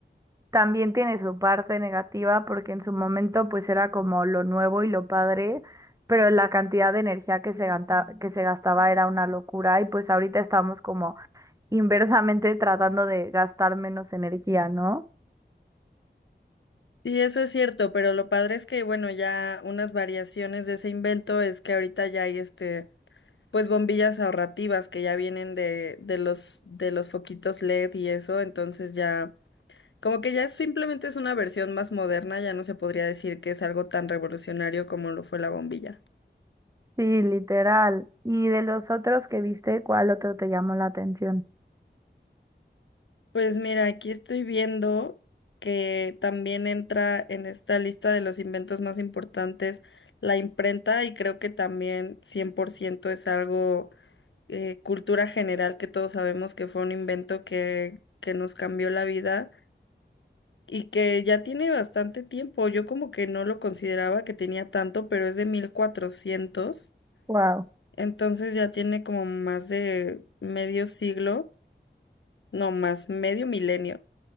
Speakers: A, on the right; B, on the left.
A: también tiene su parte negativa porque en su momento pues era como lo nuevo y lo padre, pero la cantidad de energía que se ganta- que se gastaba era una locura y pues ahorita estamos como inversamente tratando de gastar menos energía, ¿no?
B: Sí, eso es cierto, pero lo padre es que, bueno, ya unas variaciones de ese invento es que ahorita ya hay este pues bombillas ahorrativas que ya vienen de, de los, de los foquitos LED y eso, entonces ya, como que ya simplemente es una versión más moderna, ya no se podría decir que es algo tan revolucionario como lo fue la bombilla.
A: Sí, literal. ¿Y de los otros que viste, cuál otro te llamó la atención?
B: Pues mira, aquí estoy viendo que también entra en esta lista de los inventos más importantes la imprenta y creo que también 100% es algo eh, cultura general que todos sabemos que fue un invento que, que nos cambió la vida y que ya tiene bastante tiempo. Yo como que no lo consideraba que tenía tanto, pero es de mil cuatrocientos
A: Wow.
B: Entonces ya tiene como más de medio siglo, no más, medio milenio.